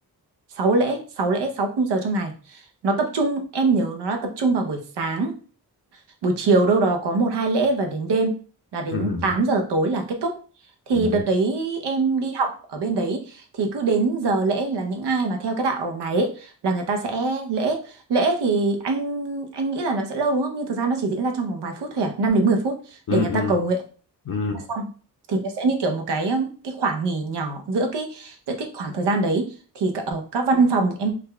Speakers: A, on the right; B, on the left.
A: 6 lễ sáu lễ 6 khung giờ trong ngày nó tập trung em nhớ nó là tập trung vào buổi sáng buổi chiều đâu đó có một hai lễ và đến đêm là đến
B: ừ
A: 8 giờ tối là kết thúc thì
B: ừ
A: đợt đấy em đi học ở bên đấy thì cứ đến giờ lễ là những ai mà theo cái đạo này ấy, là người ta sẽ lễ lễ thì anh anh nghĩ là nó sẽ lâu đúng không nhưng thực ra nó chỉ diễn ra trong vòng vài phút thôi à 5 đến 10 phút
B: ừ
A: để người
B: ừ
A: ta cầu nguyện
B: ừ
A: xong thì nó sẽ như kiểu một cái um, cái khoảng nghỉ nhỏ giữa cái giữa cái khoảng thời gian đấy thì cả- ở các văn phòng em